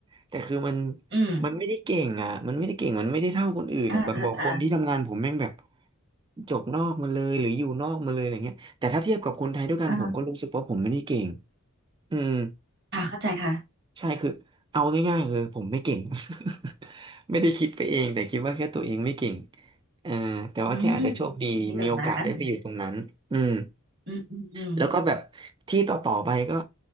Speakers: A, on the right; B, on the right.
A: แต่คือมัน
B: อืม
A: มันไม่ได้เก่งอ่ะมันไม่ได้เก่งมันไม่ได้เท่าคนอื่นอ่ะแบบบอกคนที่ทำงานผมแม่งแบบ
B: ออเออ
A: จบนอกมาเลยหรืออยู่นอกมาเลยอะไรเงี้ยแต่ถ้าเทียบกับคนไทยด้วยกันผมก็รู้สึกว่าผมไม่ได้เก่ง
B: เออ
A: อืม
B: ค่ะเข้าใจค่ะ
A: ใช่คือเอาง่ายๆคือผมไม่เก่ง <laughs> ไม่ได้คิดไปเองแต่คิดว่าแค่ตัวเองไม่เก่งเออแต่ว่าแค่อาจจะโชคดีมีโอกาสได้ไปอยู่ตรงนั้นอืม
B: อืมคิดแบบนั้น อืม อืมอืม
A: แล้วก็แบบที่ต่อต่อไปก็